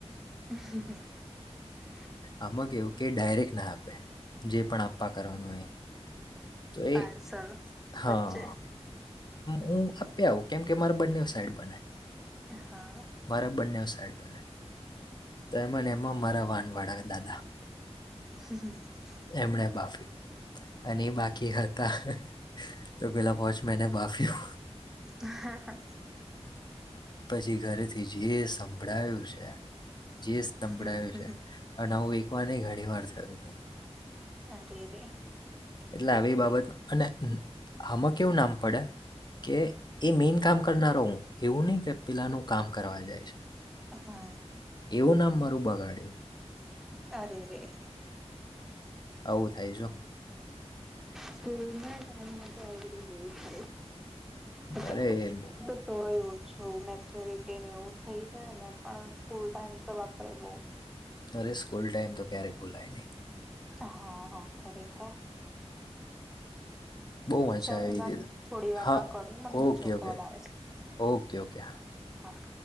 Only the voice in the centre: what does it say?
હ હા.
પાર્સલ
વચ્ચે હમ
હા.
હમ હ.
હા હા.
હમ
અગે ર.
હા
અરે રે.
સ્કૂલ ના ટાઈમમાં તો આવું બધું બોલું થાય. અ
તો સ હો. જો મેચ્યોરિટી ને એવું થઈ જાય ને પણ સ્કૂલ ટાઈમ તો વાપરે બઉ.
હા હા ખરીખાય.
ચાલું
તન
થોડી વાર
માં કરું મને બીજો
કોલ
આવે છે.
હાં.